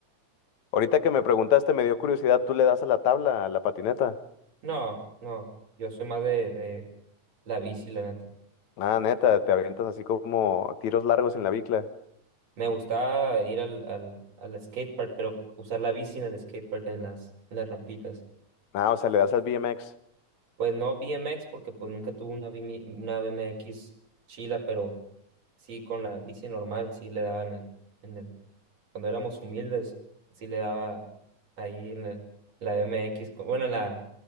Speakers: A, on the left (about 75°); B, on the right (about 60°).
A: Ahorita que me preguntaste, me dio curiosidad, ¿tú le das a la tabla, a la patineta?
B: No, no, yo soy más de, de la bici, la neta.
A: Ah, neta, te avientas así como tiros largos en la bicla.
B: Me gustaba ir al, al, al skatepark, pero usar la bici en el skatepark, en las, en las rampitas.
A: Ah, o sea, le das al B M X
B: Pues no BMX, porque pues nunca tuve una, BMI una BMX chila, pero sí con la bici normal, sí le daba en el, en el, cuando éramos humildes, sí le daba ahí en el, la BMX, con- bueno, en la,